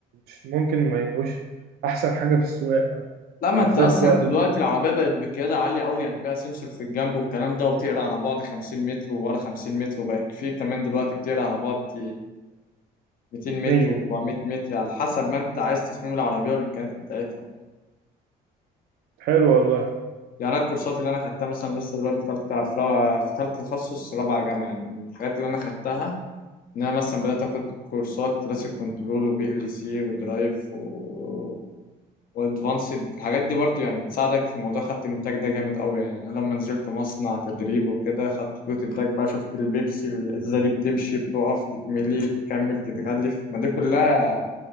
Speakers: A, on the right; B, on the left.
A: مش ممكن ما يبقوش احسن حاجة في السواقة
B: لا ما
A: وبالذات
B: أنت أصلا
A: سواقة
B: دلوقتي العربية بقت بقيادة عالية أوي يعني بقى سنسور في الجنب والكلام ده وتقرا على بعد 50 متر وورا 50 متر وبقت في كمان دلوقتي بتقرا على بعد 200 متر
A: المية
B: و400 متر على حسب ما انت عايز تصميم العربيه والامكانيات بتاعتها
A: حلو والله
B: يعني انا الكورسات اللي انا خدتها مثلا لسه دلوقتي في ثالثه في رابعه في ثالثه تخصص رابعه جامعه يعني الحاجات اللي انا خدتها ان انا مثلا بدات اخد كورسات كلاسيك كنترول وبي ال سي ودرايف و وادفانسد الحاجات دي برضو يعني بتساعدك في موضوع خط الانتاج ده جامد قوي يعني انا لما نزلت مصنع تدريب وكده خدت خطوط انتاج بقى شفت البيبسي الازازه دي بتمشي بتقف تتملي تكمل تتغلف ما دي كلها